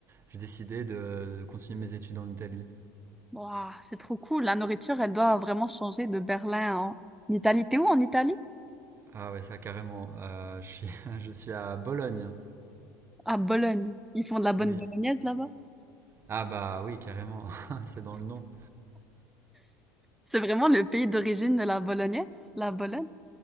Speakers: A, on the right (about 35°); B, in the centre.
A: j'ai décidé de, de continuer mes études en Italie.
B: Wow, c'est trop cool. La nourriture, elle doit vraiment changer de Berlin en Italie. T'es où en Italie?
A: Ah ouais, ça carrément. Euh, je suis, <laughs> je suis à Bologne,
B: À Bologne. Ils font de la bonne
A: oui.
B: bolognaise là-bas.
A: Ah bah oui, carrément, <laughs> c'est dans le nom.
B: C'est vraiment le pays d'origine de la bolognaise, la Bologne.